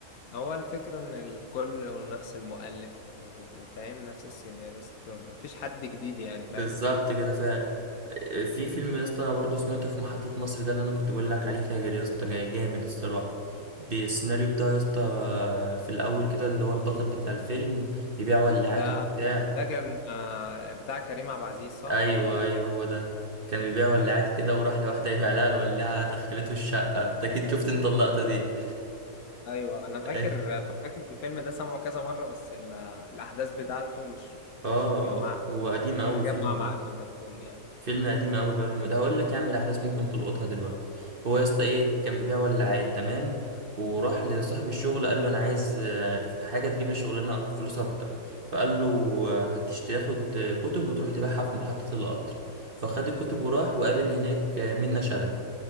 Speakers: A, on the left (about 70°); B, on the right (about 45°).
A: هو الفكرة ان الكل نفس المؤلف و- وفاهم نفس السيناريست مفيش حد جديد يعني فاهم
B: بالظبط كده فعلا آه، في فيلم يا اسطى انا برضو سمعته في محطة مصر ده اللي انا كنت بقول لك عليه فاجر يا اسطى جا- جامد الصراحة بالسيناريو بتاعه يا اسطى في الاول كده اللي هو البطل بتاع الفيلم بيبيع ولاعات
A: ده
B: وبتاع
A: ده كان آه، بتاع كريم عبد العزيز صح؟
B: ايوه ايوه هو ده كان بيبيع ولاعات
A: ايوه
B: كده وراح لواحدة يبيع لها الولاعة دخلته الشقة انت اكيد شفت انت اللقطة دي
A: ايوه انا فاكر
B: <laughs>
A: فاكر الفيلم ده سمعه كذا مرة بس ال- الاحداث بتاعته مش مش
B: اه
A: مجمعة
B: هو قديم قوي
A: هجمع
B: فيلم
A: معاك وانت بتقول يعني
B: فيلم قديم قوي بقاله مده هقول لك يا عم الاحداث ممكن تلقطها دلوقتي هو يا اسطى ايه كان بيبيع ولاعات تمام وراح لصاحب الشغل قال له انا عايز آه، حاجه تجيب لي شغلانه أك- فلوس اكتر فقال له آه، هتش- تاخد آه، كتب وتروح تبيعها في محطه القطر فخد الكتب وراح وقابل هناك آه، منة شلبي